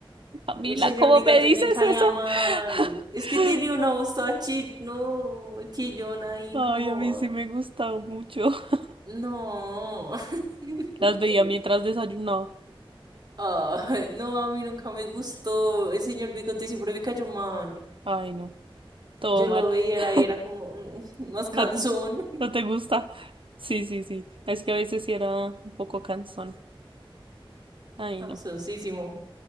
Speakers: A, on the right; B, on the right.
A: Camila,
B: El señor
A: ¿cómo
B: Bigate
A: me dices
B: me caía
A: eso?
B: mal.
A: <laughs>
B: Es que tenía una voz toda chi- no, chillona y
A: Ay,
B: como...
A: a mí sí me gustaba mucho. <laughs>
B: No. <laughs>
A: Las veía mientras desayunaba.
B: Ah, no, a mí nunca me gustó. El señor Bigote siempre me cayó mal.
A: Ay, no. todo
B: Yo
A: mal.
B: lo veía,
A: <laughs>
B: era, y era como mm, <laughs> más cansón.
A: No, no te gusta. Sí, sí, sí. Es que a veces sí era un poco cansón. Ay,
B: Cansoncísimo.
A: no.